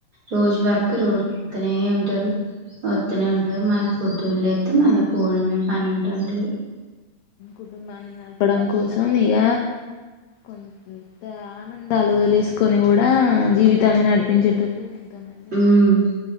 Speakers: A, on the right; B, on the left.
A: రోజు వర్క్ రోజు వెళ్తనే ఉంటారు. ఒత్తనే ఉంటరు మళ్ళీ పొద్దున్న లేత్తే మళ్ళ పోవడమే పని ఉంటాంటది.
B: కుటుంబాన్ని నడపడం కోసం ఇగ కొంత ఆనందాలు వదిలేసుకొని కూడా జీవితాన్ని నడిపించేటోళ్ళు ఎంతోమంది ఉన్నారు
A: ఉమ్